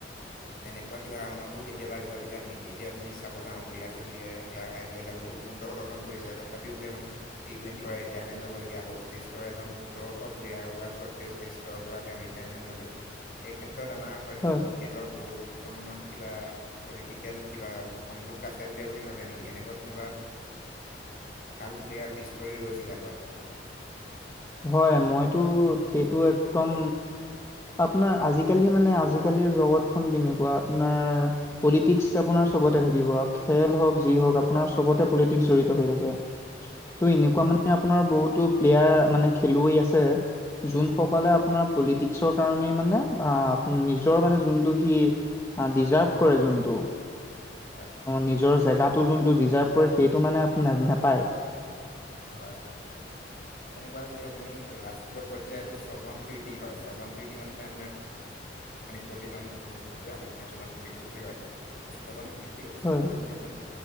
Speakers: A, on the left; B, on the left.
A: তেনেকুৱা কিবা কাৰণতো কেতিয়াবা বেজাবগীয়া হয় নেকি? এতিয়া আপুনি চাব যাওঁ বিৰাট কোহলিয়ীয়ে ইয়াৰ আই পি এলত বহুত সুন্দৰ প্ৰদৰ্শন কৰিছে তথাপিও তেওঁ টি টুৱেণ্টি- কেভেন লব লগা হল, টেষ্ট এজন সুদক্ষ ক্লেয়াৰ হোৱা সত্ত্বেও টেষ্ট পৰা তেওঁ ৰীতাই মেন ললে। এই ক্ষেত্ৰত আমাৰ হয়তো
B: হয়
A: ক্ৰিকেটৰ বহুত খনত কিবা পলিটিকেল কিবা সংযোগ আছে বুলি আপুনি ভাবে নেকি এনেকুৱা কোনোবা
B: উ
A: ভাল প্লেয়াৰ পিছ পৰি ৰৈ <unintelligible>
B: হয় মইতো সেইটো একদম আপোনাৰ আজি কালি মানে আজি কালিৰ জগতখন কেনেকুৱা আপোনাৰ পলিটিক্স আপোনাৰ চবতে থাকিব খেল হওক যি হওঁক আপোনাৰ চবতে পলিটিক্স জৰিড় হৈ থাকে। ত' এনেকুৱা
A: হয়
B: মানে আপোনাৰ বহুতো প্লেয়াৰ মানে খেলুৱৈ আছে। যোন সকলে আপোনাৰ পলিটিক্সৰ কাৰণেই মানে আহ নিজৰ মানে যোনটো সি ডিজাৰ্ভ কৰে যোনটো।
A: হয়
B: নিজৰ জেগাটো যোনটো ডিজাৰ্ভ কৰে সেইটো মানে নেপায়।
A: হয় হয় এনেকুৱা যদি আপুনি ৰাষ্ট্ৰীয় পৰ্যায়তো স্বজনপ্ৰীতি হয় স্বজন প্ৰীতি মানে আপোনাৰ প্ৰতিজন বস্তু কয় <unintelligible> বস্তু
B: হয়
A: যদি আপোনাৰ